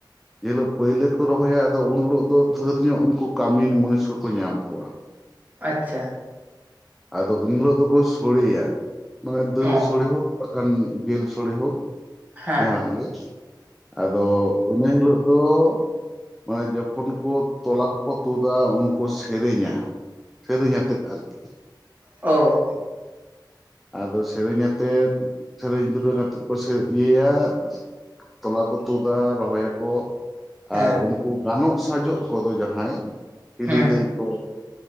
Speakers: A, in the centre; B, on the right.
A: ᱡᱮᱦᱤᱞᱚᱜ ᱯᱟᱹᱭᱞᱟᱹ ᱠᱚ ᱨᱚᱦᱚᱭᱟ ᱟᱫᱚ ᱩᱱ ᱦᱤᱞᱚᱜ ᱫᱚ ᱫᱷᱤᱨ ᱧᱚᱜ ᱠᱩ ᱠᱟᱹᱢᱤ ᱢᱩᱱᱤᱥᱟ ᱠᱚ ᱧᱟᱢ ᱠᱚᱣᱟ ᱾
B: ᱟᱪᱷᱟ ᱾
A: ᱟᱫᱚ ᱮᱱᱦᱤᱞᱚᱜ ᱫᱚᱠᱚ ᱥᱚᱲᱮᱭᱟ ᱢᱟᱱᱮ ᱫᱟᱹᱞ
B: ᱚ
A: ᱥᱚᱲᱮ ᱦᱚ ᱵᱟᱠᱷᱟᱱ ᱡᱤᱞ ᱥᱚᱲᱮ ᱦᱚ
B: ᱦᱮᱸ
A: ᱡᱟᱦᱟᱱᱟᱜ ᱜᱮ ᱾ ᱟᱫᱚ ᱤᱱᱟᱹ ᱦᱤᱞᱚᱜ ᱫᱚ, ᱢᱟᱱᱮ ᱡᱚᱠᱷᱚᱱ ᱠᱚ ᱛᱚᱞᱟ ᱠᱚᱠᱚ ᱛᱩᱫᱟ ᱩᱱ ᱠᱚ ᱥᱮᱨᱮᱧᱟ ᱥᱮᱨᱮᱧ ᱟᱛᱮᱫ ᱟᱨᱠᱤ
B: ᱳ
A: ᱟᱫᱚ ᱥᱮᱨᱮᱧ ᱟᱛᱮᱫ ᱥᱮᱨᱮᱧ ᱫᱩᱨᱟᱹᱝ ᱟᱛᱮᱫ ᱠᱚ ᱤᱭᱟᱹᱭᱟ ᱛᱚᱞᱟ ᱠᱚ ᱛᱩᱫᱟ ᱨᱚᱦᱚᱭᱟᱠᱚ ᱾
B: ᱦᱮᱸ
A: ᱟᱨ ᱩᱱᱠᱩ ᱜᱟᱱᱚᱜ ᱥᱟᱡᱚᱜ ᱠᱚᱫᱚ ᱡᱟᱦᱟᱸᱭ ᱦᱤᱞᱤ
B: ᱦᱩᱸ
A: ᱫᱟᱹᱭ ᱠᱚ